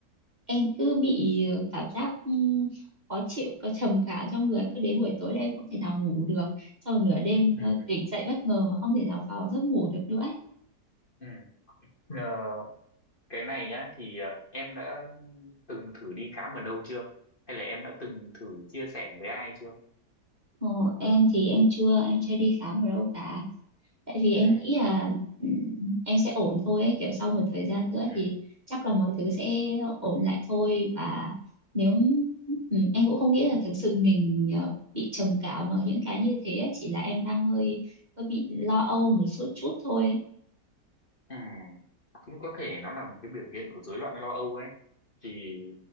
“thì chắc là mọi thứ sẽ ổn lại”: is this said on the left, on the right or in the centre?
Right